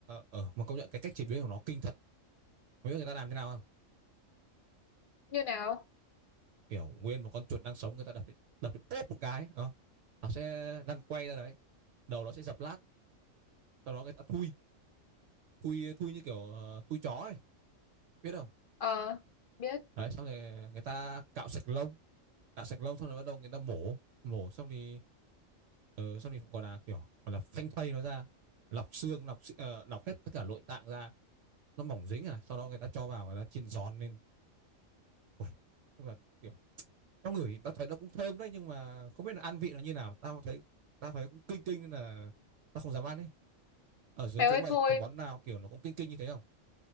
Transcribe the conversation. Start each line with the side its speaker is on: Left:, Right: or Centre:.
Right: ở mà công nhận cái cách chế biến của nó kinh thật không biết người ta làm thế nào không
Left: như nào
Right: kiểu nguyên một con chuột đang sống người ta đập đến đập đến bóp một cái ờ, nó sẽ lăn quay ra đấy đầu nó sẽ dập lát sau đó người ta thui thui thui như kiểu ờ, thui chó ấy biết không
Left: ờ biết
Right: đấy xong rồi người ta cạo sạch lông cạo sạch lông xong rồi bắt đầu người ta mổ mổ xong thì ờ, xong thì cũng gọi là kiểu gọi là phanh thây nó ra lọc xương lọc xi- ờ, lọc hết tất cả nội tạng ra nó mỏng dính à sau đó người ta cho vào người ta chiên giòn lên Ui, nhưng mà kiểu tao ngửi tao thấy nó cũng thơm đấy nhưng mà không biết là ăn vị nó như nào tao thấy tao thấy cũng kinh kinh nên là tao không dám ăn ấy ở dưới
Left: mày
Right: chỗ
Left: ơi
Right: mày
Left: thôi
Right: có cái món nào kiểu nó cũng kinh kinh như thế không